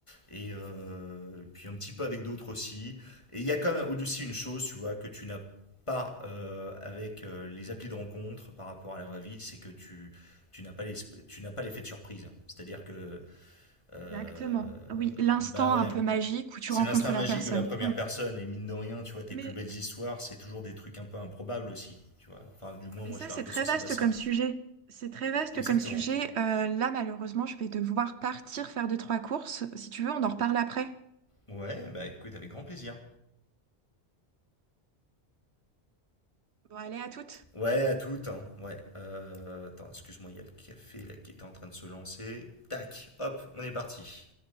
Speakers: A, on the left; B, on the right.
A: et euh, puis un petit peu avec d'autres aussi. Et il y a quand même aussi une chose, tu vois, que tu n'as pas euh, avec euh, les applis de rencontre par rapport à la vraie vie, c'est que tu tu n'as pas les tu n'as pas l'effet de surprise. C'est-à-dire que euh,
B: Exactement. Oui, l'instant
A: bah ouais,
B: un peu magique où tu
A: c'est
B: rencontres
A: l'instinct magique
B: la personne.
A: de la première
B: Mm.
A: personne et mine de rien, tu vois, tes
B: Mais,
A: plus belles histoires, c'est toujours des trucs un peu improbables aussi, tu vois. Enfin, du moins
B: mais
A: moi
B: ça,
A: je suis
B: c'est
A: un peu
B: très
A: sensible
B: vaste
A: à ça.
B: comme sujet. C'est très vaste
A: Exactement.
B: comme sujet. Euh, là, malheureusement, je vais devoir partir faire deux, trois courses. Si tu veux, on en reparle après.
A: Ouais, bah écoute, avec grand plaisir.
B: Bon, allez, à toutes.
A: Ouais, à toutes. hein, Ouais. Euh, attends, excuse-moi, il y a le café là, qui était en train de se lancer. Tac, hop, on est parti.